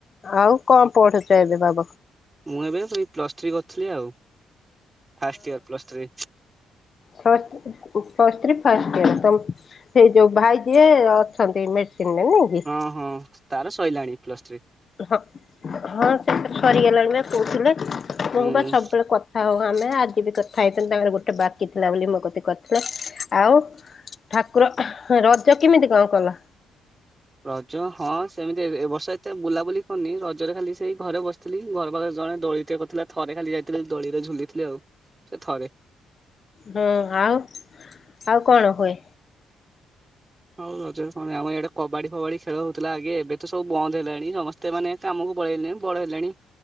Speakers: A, on the left; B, on the right.
A: ଆଉ କଣ ପଢୁଛ ଏବେ ବା
B: ମୁଁ ଏବେ ଏଇ ପ୍ଲସ ଥ୍ରୀ କରଥିଲି ଆଉ। First year plus three.
A: Plus plus three first ear <unintelligible> ସେଇ ଯୋଉ ଭାଇ ସିଏ ଅଛନ୍ତି ମେଡସିନରେ ନୁହେଁ କି?
B: ହଁ ହଁ। ତାର ସଇଲାଣି ପ୍ଲସ ଥ୍ରୀ
A: ହଁ ହଁ ସେତ ସରିଗଲାଣି ବା କହୁଥିଲେ।
B: ହୁଁ।
A: ମୁଁ ବା ସବୁବେଳେ କଥା ହଁ ଆମେ ଆଜି ବି କଥା ହେଇଥିଲ ତାଙ୍କର ଗୋଟେ ବାକି ଥିଲା ବୋଲି ମୋ କତି କରଥିଲେ। ଆଉ ଠାକୁର ରଜ କିମିତି କଣ କଲ?
B: ରଜ ହଁ ସେମିତି ଏ ଏବର୍ଷ ଏତେ ବୁଲାବୁଲି କରନି। ରଜରେ ଖାଲି ସେଇ ଘରେ ବସିଥିଲି ଘର ପାଖ ଜଣେ ଦୋଳିିତେ କଥିଲା ଥରେ ଖାଲି ଯାଇଥିଲି ଦୋଳିରେ ଝୁଲିଥିଲି ଆଉ, ସେ ଥରେ।
A: ହଁ ଆଉ ଆଉ କଣ ହୁଏ?
B: ହଉ ରଜରେ କଣ ଆମ ଇଆଡେ କବାଡି ଫବାଡି ଖେଳ ହଉଥିଲା ଆଗେ ଏବେ ତ ସବୁ ବନ୍ଦ ହେଲାଣି ସମସ୍ତେ ମାନେ କାମ <unintelligible> ବଳ ହେଲେଣି,